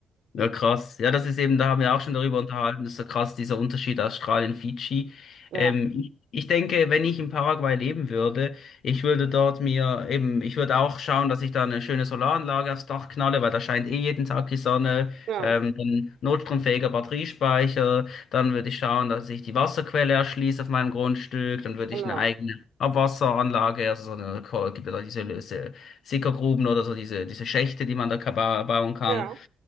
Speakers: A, on the left; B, on the right.
A: Ja, krass. Ja, das ist eben, da haben wir auch schon darüber unterhalten, das ist so krass, dieser Unterschied Australien, Fidschi.
B: Ja,
A: Ähm, ich, ich denke, wenn ich in Paraguay leben würde, ich würde dort mir eben, ich würde auch schauen, dass ich da eine schöne Solaranlage aufs Dach knalle, weil da scheint eh jeden Tag die Sonne,
B: ja,
A: ähm, dann notstromfähiger Batteriespeicher, dann würde ich schauen, dass ich die Wasserquelle erschließe auf meinem Grundstück, dann würde
B: genau.
A: ich eine eigene Abwasseranlage, also so eine, gibt ja da diese, diese Sickergruben oder so diese, diese Schächte, die man da ka- ba- bauen kann.
B: Ja,